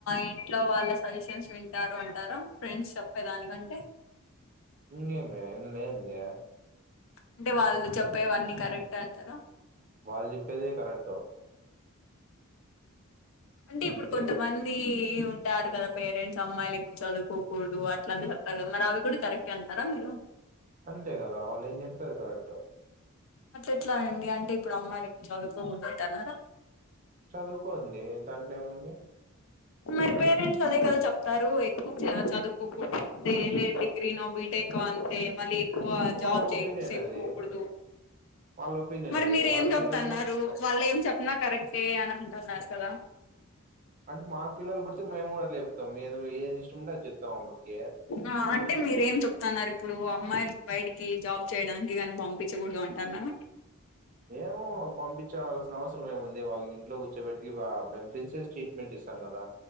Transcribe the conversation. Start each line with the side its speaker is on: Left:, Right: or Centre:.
Left: ఇంట్లో వాళ్ళ సజెషన్స్ వింటారు అంటారు ఫ్రెండ్స్ చెప్పే దానికంటే
Right: ఇంకేమి ఇందేంది
Left: అంటే వాళ్ళు చెప్పేవన్నీ కరెక్ట్ అంటారా
Right: వాళ్ళు చెప్పేదే కరెక్ట్
Left: అంటే
Right: అంతే
Left: ఇప్పుడు కొంత మంది ఉంటారు కదా పేరెంట్స్ అమ్మాయిలు ఎక్కువ చదువుకోకూడదు అట్లాంటి అవి కూడా కరెక్ట్ అంటారా మీరు
Right: అంతే కదా వాళ్ళు ఏం చెప్తారు కరెక్ట్
Left: అట్ల ఎట్లా అండి అంటే ఇప్పుడు అమ్మాయి చదువుకోక ఉంటాన్నారా
Right: చదువుకోండి దాంట్లో ఏముంది
Left: మరి పేరెంట్స్ అదే కదా చెప్తారు ఎక్కువ చదువుకోకు లే డిగ్రీ నో బి టేక్ అంతే మళ్ళీ ఎక్కువ జాబ్
Right: వాళ్ళ ఒపీనియన్
Left: చేపోకూడదు
Right: అది వాళ్ళ ఒపీనియన్
Left: మరి
Right: అది
Left: మీరు
Right: వాళ్ళ
Left: ఏం చెప్తన్నారు
Right: పిల్లల్ని
Left: వాళ్ళు ఏం చెప్పినా కరెక్టే అనంటాన్నారు కదా
Right: అంటే మాకు పిల్లలు పుడితే మేము కూడా అట్లా చెప్తాం ఏ ఏది ఇష్టం ఉంటే అది చెప్తాం అప్పటికి
Left: ఆ అంటే మీరేం చెప్తున్నారు ఇప్పుడు అమ్మాయిలు బయటికి జాబ్ చేయడానికి కానీ పంపించకూడదు అంటన్నారా
Right: ఏమో పంపించాల్సిన అవసరం ఏముంది వాళ్ళకి ఇంట్లో కూర్చోబెట్టికి మేము ప్రిన్సెస్ మెంట్ ఇస్తాం గదా